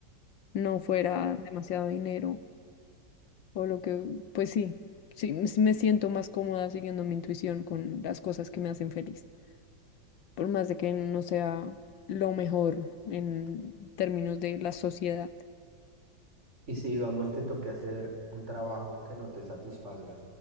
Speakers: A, on the left; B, on the right.
A: no fuera demasiado dinero o lo que, pues sí, sí, m- me siento más cómoda siguiendo mi intuición con las cosas que me hacen feliz, por más de que no sea lo mejor en términos de la sociedad.
B: Y si, digamos, te toque hacer un trabajo que no te satisfaga